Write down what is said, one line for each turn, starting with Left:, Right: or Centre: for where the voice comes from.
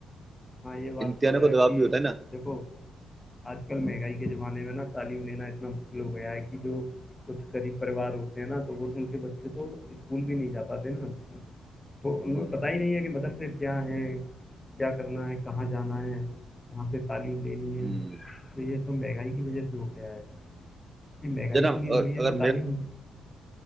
Left: ہاں یہ بات
Right: امتحانوں
Left: تو ہے
Right: کا دباؤ
Left: کہ
Right: بھی ہوتا ہے نا
Left: دیکھو آج کل مہنگائی کے زمانے میں نا تعلیم لینا اتنا مشکل ہو گیا ہے کہ جو کچھ غریب پریوار ہوتے ہیں نا تو وہ ان کے بچے تو اسکول بھی نہیں جا پاتے نا تو
Right: ہوں،
Left: انیں پتتا ہی نہیں ہے کہ مدر کیا ہے ج <unintelligible> کرنا ہے کہاں جانا ہے کہاں پہ تعلیم دینی ہے
Right: ہوں۔
Left: تو یہ سب مہنگائی کی وجہ سے ہو گیا ہے یہ مہنگائی
Right: جناب
Left: چ لی ہوی
Right: اور
Left: ہے
Right: اگر
Left: گ تالی م